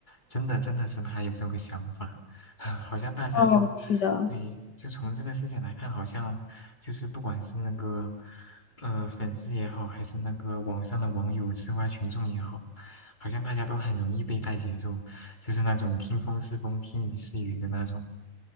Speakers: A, on the left; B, on the left.
A: 真的真的是他有这个想法，<laughs> 好像大家就
B: 哦，是的。
A: 对，就从这个事件来看，好像就是不管是那个呃粉丝也好，还是那个网上的网友、吃瓜群众也好，好像大家都很容易被带节奏，就是那种听风是风，听雨是雨的那种。